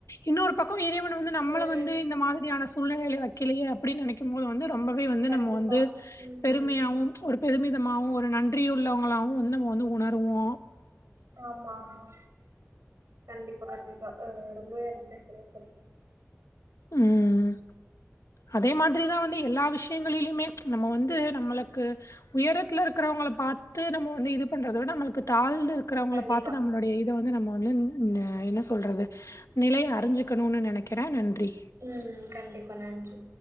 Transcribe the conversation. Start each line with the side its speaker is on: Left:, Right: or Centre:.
Left: இன்னொரு பக்கோ இறைவன் வந்து நம்மள
Right: ம்
Left: வந்து இந்த மாதிரியான சூழ்நிலைல வைக்கலையே அப்டின்னு நெனைக்கு போது வந்து ரொம்பவே வந்து
Right: கண்டிப்பா
Left: நம்ம வந்து
Right: ம்
Left: பெருமையாவு ஒரு பெருமிதமாவு ஒரு நன்றியுள்ளவங்ளாவு வந்து நம்ம வந்து உணர்வோ
Right: ஆமா ஆமா கண்டிப்பா கண்டிப்பா ரொம்பவே அ வந்துட்டு <unintelligible>
Left: ம் ம் அதே மாதிரிதா வந்து எல்லா விஷ் யங்களிலியுமே நம்ம வந்து நம்மளுக்கு உயரத்துலருக்கிறவங்கள பாத்து நம்ம வந்து யிது பண்றத விட நம்மளுக்கு தாழ்ந்துருக்கிறவங்கள
Right: கண்டிப்பா
Left: பாத்து நம்மளுடைய இத வந்து நம்ம வந்து என்ன சொல்றது நிலய அறிஞ்சுக்கணுன்னு நெனைக்கிறே நன்றி
Right: ம் கண்டிப்பா நன்றி